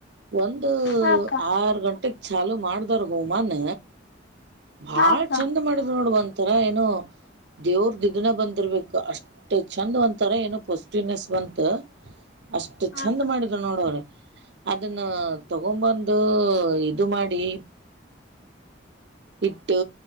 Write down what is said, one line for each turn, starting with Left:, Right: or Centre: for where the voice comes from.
Right: ಒಂದು
Left: ಹಾ ಅಕ್ಕ
Right: ಆರು ಗಂಟೆೆಗೆ ಚಾಲು ಮಾಡಿದಾರ ಹೋಮನ್ ಬಾಳ್
Left: ಹಾ ಅಕ್ಕ
Right: ಚಂದ ಮಾಡಿದ್ರು ನೋಡ್ ಒಂತರ ಏನು ದೇವ್ರ್ದ ಇದನ ಬಂದಿರ್ಬೇಕು ಅಷ್ಟ್ ಚಂದ್ ಒಂತಾರ ಏನೋ ಪೊಸಿಟಿವ್ನೆಸ್ ಬಂತ ಅಷ್ಟ್
Left: ಹಾ
Right: ಚಂದ
Left: ಅಕ್ಕ
Right: ಮಾಡಿದ್ರು ನೋಡವ್ರಿ ಅದನ್ನ ತಗೊಂಬಂದು ಇದು ಮಾಡಿ ಇಟ್ಟು